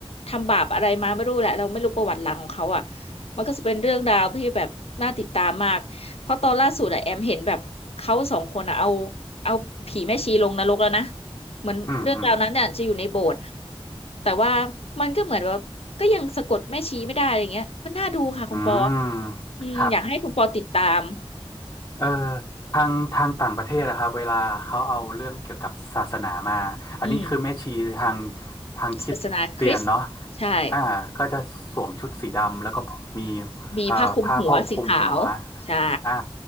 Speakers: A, on the left (about 75°); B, on the left (about 30°).
A: ทำบาปอะไรมาไม่รู้แหละเราไม่รู้ประวัติหลังของเขาอ่ะมันก็จะเป็นเรื่องราวที่แบบน่าติดตามมากเพราะตอนล่าสุดอะแอมเห็นแบบเขาสองคนอะเอาเอาผีแม่ชีลงนรกแล้วนะเหมือนเรื่องราวนั้นเนี่ยจะอยู่ในโบสถ์
B: อืมอืม
A: แต่ว่ามันก็เหมือนว่าก็ยังสะกดแม่ชีไม่ได้อะไรเงี้ยมันน่าดูค่ะคุณปอ
B: อืม
A: อืมอยากให้คุณปอติดตาม
B: ครับ เอ่อทางทางต่างประเทศนะครับเวลาเขาเอาเรื่องเกี่ยวกับศาสนามาอันนี้คือแม่ชีทาง
A: อืม
B: ทางคริสเตียนเนาะ
A: ศาสนาคริสต์ใช่
B: อ่าก็จะสวมชุดสีดำแล้วก็มี
A: มีผ้าคลุมหัวสีขาวใช่
B: เอ่อผ้าโพกคลุมหัวอ่า